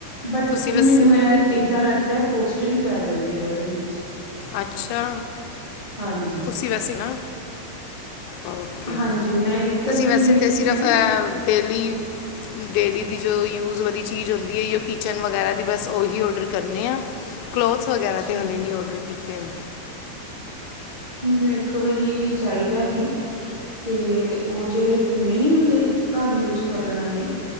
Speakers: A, on the right; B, on the left.
A: ਬਟ
B: ਤੁਸੀਂ ਵੈਸੇ
A: ਮੈਨੂੰ ਇਹ। ਏਦਾਂ ਲੱਗਦਾ ਕੋਸਟਲੀ ਪੈ ਜਾਂਦੇ ਆ ਉਹਦੇ ਵਿੱਚ।
B: ਅੱਛਾ।
A: ਹਾਂਜੀ।
B: ਅਸੀਂ ਵੈਸੇ ਨਾ, ਓਕੇ,
A: ਹਾਂਜੀ ਮੈਂ ਇੱਕ
B: ਅਸੀਂ
A: ਅੱਧ ਹੀ
B: ਵੈਸੇ
A: ਲਿੱਤੀ
B: ਤਾਂ ਸਿਰਫ।
A: ਹੈ
B: ਡੈਲੀ। ਡੇਲੀ ਦੀ ਜੋ ਯੂਜ਼ ਵਾਲੀ ਚੀਜ਼ ਹੁੰਦੀ ਹੈ। ਜ ਕਿਚਨ ਵਗੈਰਾ ਦੀ ਬਸ ਉਹੀ ਔਡਰ ਕਰਨੇ ਹਾਂ। ਕਲੋਥਸ ਵਗੈਰਾ
A: ਅੱਛਾ
B: ਤਾਂ ਹੁਣੇ ਨਹੀਂ ਔਡਰ ਕੀਤੇ ਹਨ।
A: ਮੈਨੂੰ ਇੱਕ ਵਾਰੀ ਚਾਹੀਦਾ ਸੀ। ਤੇ ਉਹ ਜਿਹੜੇ ਪੂਣੇ ਨੀ ਹੁੰਦੇ ਘਰ ਯੂਜ ਕਰਨ ਵਾਲੇ਼।